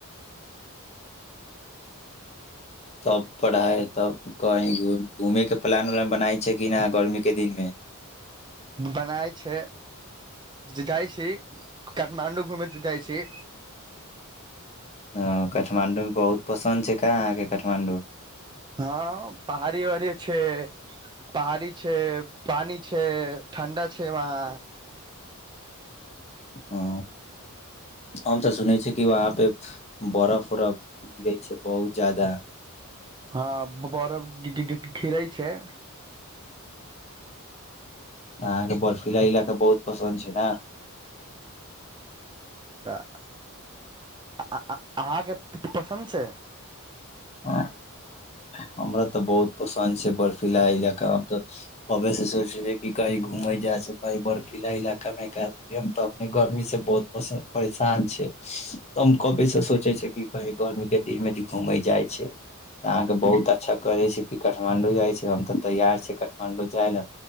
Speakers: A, on the left; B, on the right.
A: तब पढ़ाई तब कही घूम घूमेके प्लान उलान बनाय छैय कि ने गर्मीे के दिनमे।
B: बनाय छै जाइ छी काठमाण्डू घुमेैत जाइ छी।
A: ह काठमाण्डू भी बहुत पसन्द छैय का अहाँके काठमाण्डू।
B: हँ पहाड़ी वहाड़ी छैय। पहाड़ी छैय, पानी छैय, ठण्डा छैय वहाँ।
A: ह हम तऽ सुनै छिय कि वहाँ पे बर्फ उरफ गिरै छैय बहुत जादा।
B: हँ ब बरफ <unintelligible> गिरै छैय।
A: त अहाँके बर्फीला इलाका बहुत पसन्द छैय ने।
B: आ आ अहाँके पसन्द छैय।
A: ह आ हमरा तऽ बहुत पसंन्द छैय बर्फीलाा इलाका, हम त कबे से सोचे छैय क कही घूमे जाय छैय, कही बर्फीला इलाका मे स त अपने गर्मी से बहुत प परेशान छैय त कवे से सोचे छैय क कही गर्मी के दिन में घूमे जाय। छै तऽ अहाँ के बहुत अच्छा कहै छै कि काठमाण्डू जाय छै, हम तऽ तैयार छियै काठमाण्डू जाय लए,